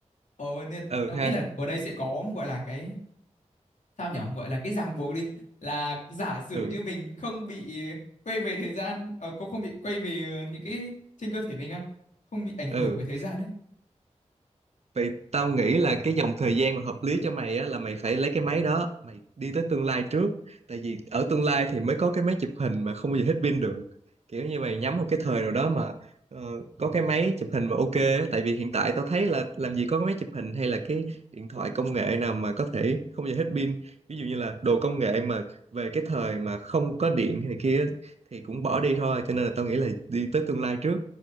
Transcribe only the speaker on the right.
ừ
ha
ừ
ừ
Vậy tao nghĩ là cái dòng thời gian mà hợp lý cho mày á là mày phải lấy cái máy đó, mày đi tới tương lai trước. Tại vì ở tương lai thì mới có cái máy chụp hình mà không bao giờ hết pin được. Kiểu như mày nhắm một cái thời nào đó mà ờ, có cái máy chụp hình mà ok á. Tại vì hiện tại tao thấy là làm gì có cái máy chụp hình hay là cái điện thoại công nghệ nào mà có thể không bao giờ hết pin. Ví dụ như là đồ công nghệ mà về cái thời mà không có điện hay này kia á, thì cũng bỏ đi thôi. Cho nên là tao nghĩ là đi tới tương lai trước